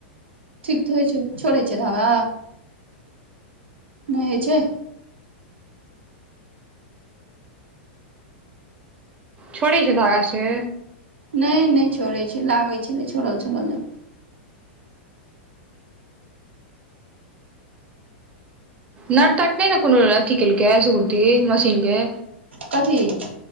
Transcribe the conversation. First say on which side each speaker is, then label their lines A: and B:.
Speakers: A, on the right (about 80°); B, on the right (about 20°).
A: ठीक तऽ होइ छै, छोड़ै छै, धाबा नहि होइ छै।
B: छोड़ै छै, धागा से
A: नहि नहि छोड़ै छै, लागैत छलै, छोड़ल छोड़ल जे।
B: नट तट नहि ने कोनो अथीकेल के सुकूती मशीनके
A: कथी।